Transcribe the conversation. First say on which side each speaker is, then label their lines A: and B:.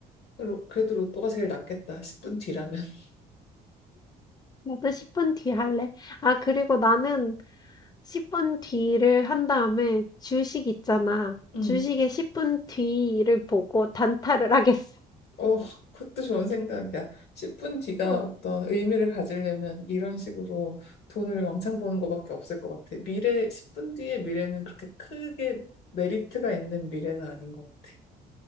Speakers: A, on the left; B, on the left.
A: 로- 그래도 로또가 제일 낫겠다. 10분 뒤라면. <laughs>
B: 나도 10분 뒤 할래. 아, 그리고 나는 10분 뒤를 한 다음에 주식 있잖아.
A: 음,
B: 주식의 10분 뒤를 보고 단타를 <laughs> 하겠어.
A: 어, 그것도 좋은 생각이야. 10분 뒤가
B: 어,
A: 어떤 의미를 가지려면 이런 식으로 돈을 왕창 버는 것밖에 없을 것 같아. 미래, 10분 뒤의 미래는 그렇게 크게 메리트가 있는 미래는 아닌 것 같아.